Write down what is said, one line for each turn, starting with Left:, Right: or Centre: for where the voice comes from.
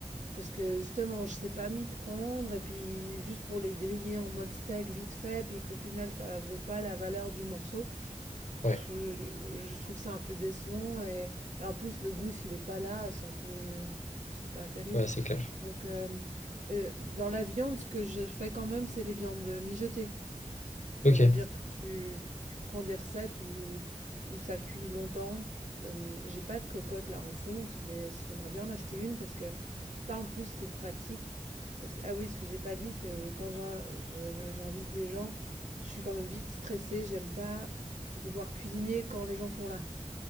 Right: Parce que justement, je sais pas m'y prendre, et puis juste pour les griller en mode steak vite fait, puis qu'au final, ça vaut pas la valeur du morceau.
Left: Ouais,
Right: Pff, heu, je trouve ça un peu décevant et et en plus le goût s'il est pas là, c'est un peu c'est pas terrible.
Left: ouais, c'est clair.
Right: Donc hem, heu, dans la viande, ce que je fais quand même, c'est les viandes, mijotées. Ça
Left: Ok.
Right: veut dire que tu, tu prends des recettes où, où ça cuit longtemps. Euh, j'ai pas de cocotte là en fonte, mais j'aimerais bien en acheter une parce que ça en plus c'est pratique. Parce que, ah oui, ce que j'ai pas dit, c'est euh, quand j'in- je- j'invite des gens, je suis quand même vite stressée. J'aime pas devoir cuisiner quand les gens sont là.